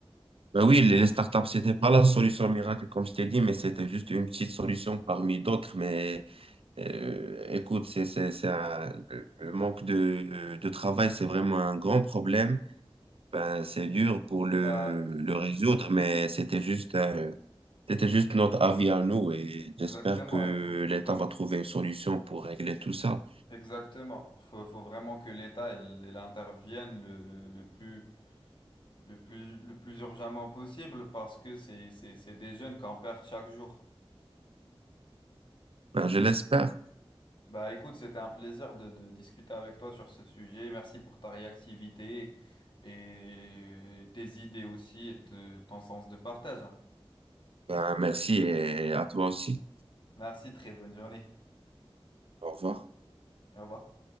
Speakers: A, on the right; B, on the left.
A: Ben oui, les les startups, c'était pas la solution miracle, comme je t'ai dit, mais c'était juste une petite solution parmi d'autres, mais Euh, écoute, c'est, c'est, c'est un- le manque de, de travail, c'est vraiment un grand problème. Ben, c'est dur pour le,
B: Ah,
A: le résoudre, mais c'était juste, euh, c'était juste notre avis à nous et j'espère
B: exactement,
A: que
B: il faut, faut
A: l'État
B: vraiment,
A: va trouver une solution pour régler tout ça.
B: exactement. Faut, faut vraiment que l'État, il, il intervienne le, le, le plus Le plus, le plus urgemment possible parce que c'est, c'est, c'est des jeunes qu'on perd chaque jour.
A: Ben, je l'espère.
B: Bah écoute, c'était un plaisir de, de discuter avec toi sur ce sujet. Merci pour ta réactivité et tes idées aussi et te- ton sens de partage. hein.
A: Ben, merci et à toi aussi.
B: Merci, très bonne journée.
A: Au revoir.
B: Au revoir.